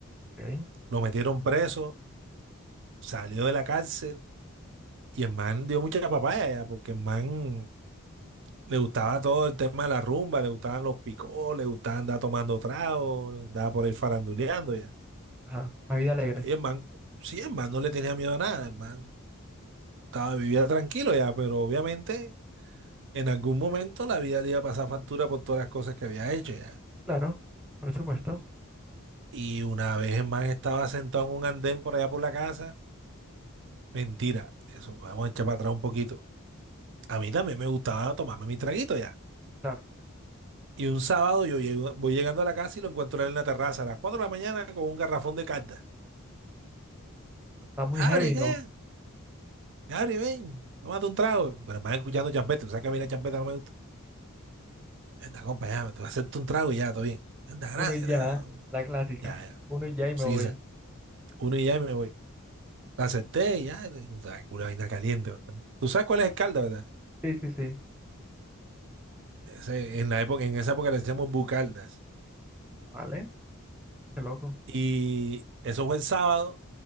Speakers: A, in the centre; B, on the right.
A: ok.
B: lo metieron preso, salió de la cárcel Y el man dio mucha papaya, porque el man le gustaba todo el tema de la rumba, le gustaban los picos, le gustaba andar tomando trago, andaba por ahí faranduleando ya.
A: Ajá, una vida alegre.
B: Y el man, sí, el man no le tenía miedo a nada, el man estaba, vivía tranquilo ya, pero obviamente en algún momento la vida le iba a pasar factura por todas las cosas que había hecho ya.
A: Claro, por supuesto.
B: Y una vez el man estaba sentado en un andén por allá por la casa, mentira, eso, vamos a echar para atrás un poquito. A mí también me gustaba tomarme mi traguito ya.
A: Claro,
B: Y un sábado yo llego- voy llegando a la casa y lo encuentro a él en la terraza a las 4 de la mañana con un garrafón de carta.
A: está muy
B: gabri
A: heavy,
B: ¿qué?
A: ¿no?
B: gabri ven, tómate un trago. Pero me van escuchando champeta, tú sabes que a mí la champeta no me gusta. Anda, acompáñame, te voy a hacerte un trago y ya, todo bien. Anda, gracias.
A: Uno y ya,
B: ta-
A: la clásica.
B: Ya, ya.
A: Uno y ya y
B: Sí,
A: me voy.
B: dicen, uno y ya y me voy. La acepté y ya, o sea, una vaina caliente. ¿verdad? Tú sabes cuál es el calda, ¿verdad?
A: Sí, sí, sí.
B: Ese- en la época, en esa época le decíamos bucaldas.
A: Vale, qué loco.
B: Y eso fue el sábado.